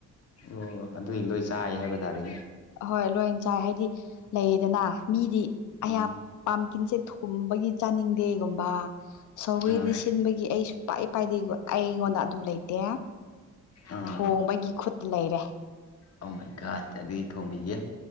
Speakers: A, on the left; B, on the left.
A: ꯑꯣ ꯑꯗꯨꯗꯤ ꯂꯣꯏ ꯆꯥꯏ ꯍꯥꯏꯕ ꯇꯥꯔꯦꯅꯦ
B: ꯑꯍꯣꯏ ꯂꯣꯏꯅ ꯆꯥꯏ ꯍꯥꯏꯗꯤ ꯂꯩꯌꯦꯗꯅ ꯃꯤꯗꯤ
A: ꯎꯝ
B: ꯑꯩꯍꯥꯛ ꯄꯥꯝꯀꯤꯟꯁꯦ ꯊꯨꯝꯕꯒꯤ ꯆꯥꯅꯤꯡꯗꯦꯒꯨꯝꯕ ꯁꯧꯒꯔꯤꯗꯤ
A: ꯑꯥ
B: ꯁꯤꯟꯕꯒꯤ ꯑꯩꯁꯨ ꯄꯥꯏ ꯄꯥꯏꯗꯦ ꯑꯩ ꯑꯩꯉꯣꯟꯗ ꯑꯗꯨ ꯂꯩꯇꯦ꯫
A: ꯑꯥ
B: ꯊꯣꯡꯕꯒꯤ ꯈꯨꯠꯇ ꯂꯩꯔꯦ꯫
A: ꯑꫭ ꯃꯥꯏ ꯒꫭꯠ ꯑꯗꯨꯗꯤ ꯊꯣꯡꯕꯤꯒꯦ